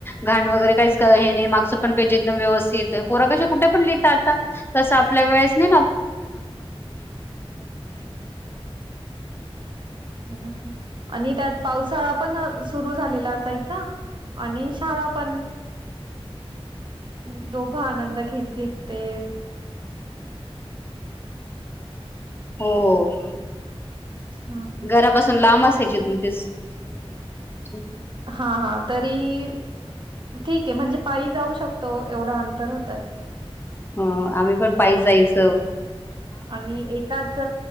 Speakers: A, on the left; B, on the right.
A: घाण वगैरे मागचं पण पेज व्यवस्थित पोरं कुठं पण लिहीत आता तसं आपल्या वेळेस ना
B: <unintelligible> आणि त्यात पावसाळा <unintelligible> कि ते
A: हो
B: हां,
A: घरापासून लांब असायची तुमची <unintelligible>
B: हा हा तरी ठीक आहे म्हणजे पायी जाऊ शकतो एवढं अंतर होतात.
A: हो आम्ही पण पाईच जायचो
B: आणि एकाच